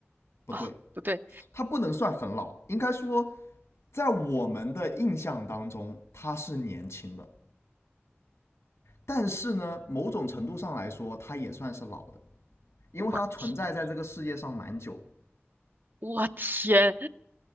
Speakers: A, on the left (about 85°); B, on the right (about 45°).
A: 不对？
B: 哦，不对，
A: 他不能算很老，应该说，在我们的印象当中，他是年轻的。但是呢，某种程度上来说，他也算是老的，因为他存在在这个世界上蛮久。
B: 我我天，